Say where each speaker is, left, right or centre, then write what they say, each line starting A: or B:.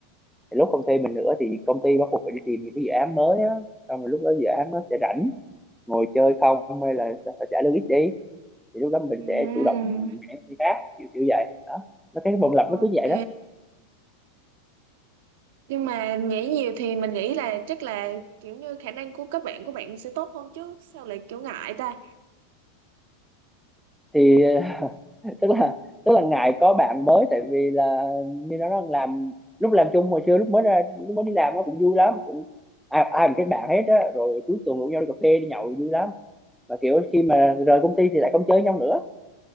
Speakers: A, in the centre; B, on the right (about 60°).
A: thì lúc không thuê mình nữa thì công ty bắt buộc phải đi tìm những cái dự án mới á xong rồi lúc đó dự án nó sẽ rảnh ngồi chơi không hay là phải trả lương ít đi thì lúc đó mình
B: Ừ.
A: sẽ chủ động nhảy đi khác kiểu kiểu vậy đó nó cái vòng lặp
B: ok
A: nó cứ vậy đó
B: nhưng mà nghĩ nhiều thì mình nghĩ là chắc là kiểu như khả năng của các bạn của bạn sẽ tốt hơn chứ sao lại kiểu ngại ta
A: thì <laughs> tức là tức là ngại có bạn mới tại vì là như nó nói làm lúc làm chung hồi xưa lúc mới ra lúc mới đi làm nó cũng vui lắm cũng ai ai cũng kết bạn hết á rồi cuối tuần rủ nhau đi cà phê đi nhậu vui lắm mà kiểu khi mà rời công ty thì lại không chơi nhau nữa